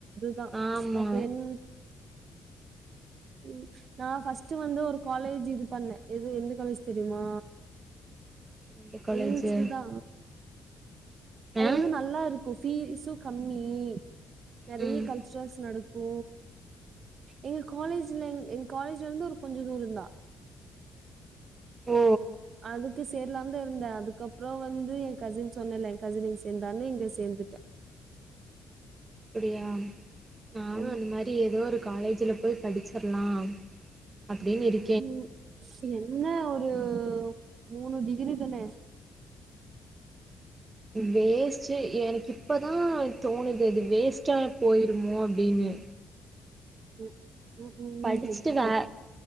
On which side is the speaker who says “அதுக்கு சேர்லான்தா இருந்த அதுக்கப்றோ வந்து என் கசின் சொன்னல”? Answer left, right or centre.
Right